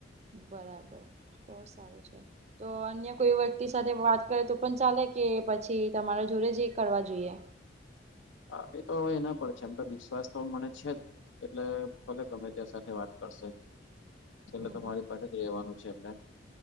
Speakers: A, on the right (about 35°); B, on the left (about 80°).
A: બરાબર. તો સારું છે. તો અન્ય કોઈ વ્યક્તિ સાથે વાત કરે તો પણ ચાલે કે પછી તમારા જોડ જ એ કરવા જોઈએ.
B: હા, એ તો હવે, એના પર છે એમ તો વિશ્વાસ તો મને છે જ. એટલે ભલે ગમે ત્યાં સાથે વાત કરશે. છેલ્
A: હમ
B: તમારી
A: હમ
B: પાસે રેહવાનું છે એમને.